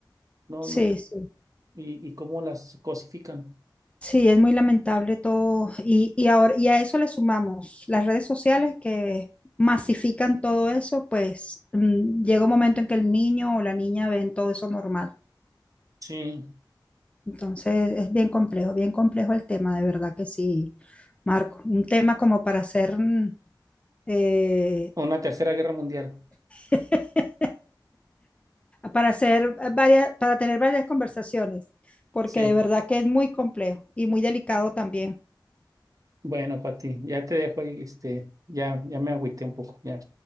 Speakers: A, on the right (about 45°); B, on the left (about 15°).
A: no,
B: sí,
A: no.
B: sí.
A: Y, y cómo las cosifican.
B: Sí, es muy lamentable todo. Y, y ahora, y a eso le sumamos las redes sociales que masifican todo eso, pues mm, llega un momento en que el niño o la niña ven todo eso normal.
A: Sí,
B: Entonces es bien complejo, bien complejo el tema, de verdad que sí, Marco. Un tema como para hacer mm, eh,
A: una tercera guerra mundial.
B: <laughs> para hacer varias, para tener varias conversaciones, porque
A: Sí,
B: de verdad que es muy complejo y muy delicado también.
A: bueno, Pati, ya te dejo ahí, este, ya, ya me agüité un poco, ya